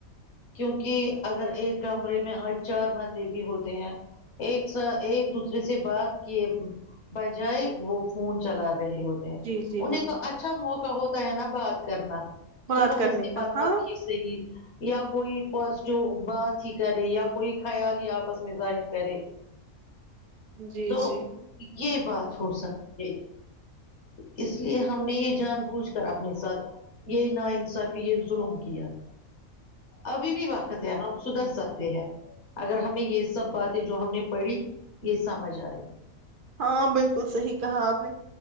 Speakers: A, on the left (about 55°); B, on the right (about 55°).
A: کیونکہ اگر ایک کمرے میں آج چار بندے بھی ہوتے ہیں ایک س ایک دوسرے سے بات کیے بجائے وہ فون چلات رہے ہوتے ہیں
B: جی جی
A: انہیں
B: بالکل
A: تو اچھا موقع ہوتا ہے نا بات کرنا
B: بات
A: چلو
B: کرنے
A: ہسی
B: کا
A: مات
B: ہاں
A: رکھی صی <unintelligible> کوئی پازیٹو بات ہی کرے یا کوئی خیال ہی آپ آپس میں ظاہر کرے
B: جی
A: تو
B: جی
A: یہ بات ہو سکتی ہے اس لیے ہم نے یہ جان بوجھ کر اپنے ساتھ یہ ناانصافی یہ ظلم کیا ابھی بھی وقت ہے ہم سدھر سکے ہیں اگر ہمیں یہ سب باتیں جو ہم نے پڑھی یہ سمجھ آئے
B: ہاں بالکل صحیح کہا آپ نے